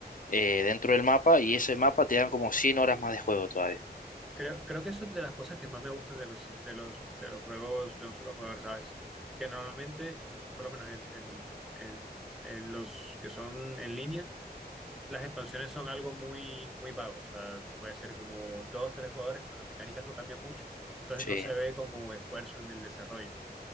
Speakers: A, on the left (about 50°); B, in the centre.
A: eh, dentro del mapa y ese mapa te dan como 100 horas más de juego todavía.
B: Creo, creo que eso es de las cosas que más me gustan de los, de los, de los juegos de un solo jugador, ¿sabes? Que normalmente, por lo menos en, en, en- en los que son en línea, las expansiones son algo muy, muy vago. O sea, puede ser como dos, tres jugadores, pero las mecánicas no cambian mucho. Entonces
A: Sí,
B: no se ve como esfuerzo en el desarrollo.